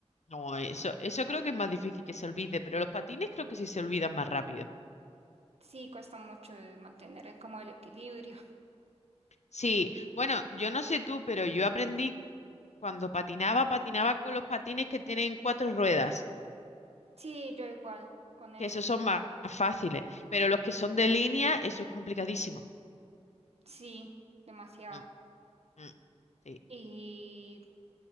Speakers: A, on the left; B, on the right.
A: No, eso, eso creo que es más difícil que se olvide, pero los patines creo que sí se olvidan más rápido.
B: Sí, cuesta mucho eh, mantener el- como el equilibrio. <laughs>
A: Sí, bueno, yo no sé tú, pero yo aprendí cuando patinaba, patinaba con los patines que tienen cuatro ruedas,
B: Sí, yo igual con esos.
A: que esos son más, fáciles, pero los que son de línea, eso es complicadísimo.
B: Sí, demasiado.
A: Mm, mm, sí,
B: Y